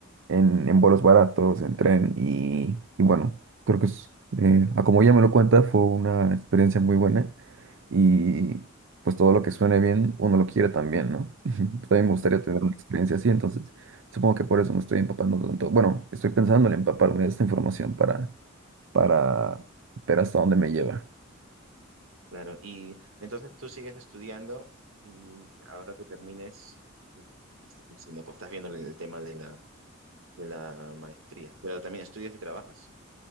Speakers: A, on the right; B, on the right.
A: en, en vuelos baratos, en tren y, y bueno, creo que es, eh, a como ella me lo cuenta, fue una experiencia muy buena y pues todo lo que suene bien, uno lo quiere también, ¿no? <laughs> También me gustaría tener una experiencia así, entonces supongo que por eso me estoy empapando tanto. Bueno, estoy pensando en empaparme de esta información para, para ver hasta dónde me lleva.
B: Claro, y entonces tú sigues estudiando y ahora que termines, eh, estás haciendo, pues estás viendo el tema de la, de la maestría, pero también estudias y trabajas.